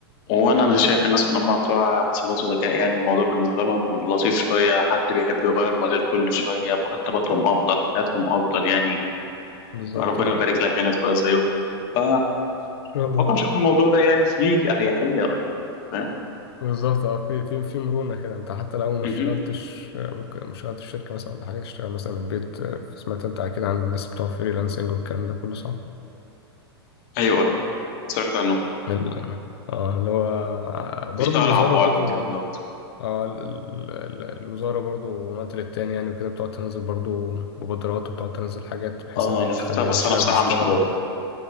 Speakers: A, on the left; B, on the left.
A: وانا انا شايف الناس ان هم بتوع حسابات وذكاء يعني الموضوع بالنسبه لهم لطيف شويه حد بيحب يغير مجال كل شويه مرتباتهم افضل حياتهم افضل يعني
B: بالظبط
A: ربنا
B: اه ان
A: يبارك لك يعني تبقى زيهم ف
B: شاء الله
A: بفكر اشوف الموضوع ده يعني فيه اريحيه فاهم
B: بالظبط اه في في في مرونة كده انت حتى لو ما
A: مهم.
B: اشتغلتش آه، ممكن ما اشتغلتش في شركة مثلا ولا حاجة تشتغل مثلا من البيت آه، سمعت انت اكيد عن الناس بتوع فريلانسنج والكلام ده كله صح؟
A: ايوه سمعت عنه
B: ال- اه اللي هو آه، برضه
A: بيشتغل
B: الوزارة
A: عن بعد
B: برضه
A: والكلام دوت
B: اه ال- ال- ال- الوزارة برضه من وقت للتاني يعني وكده بتقعد تنزل برضه مبادرات وبتقعد تنزل حاجات بحيث
A: اه
B: ان هي
A: انا شفتها
B: تخلي
A: بس
B: الشعب
A: انا بصراحه
B: يشتغلوا
A: مش فاضي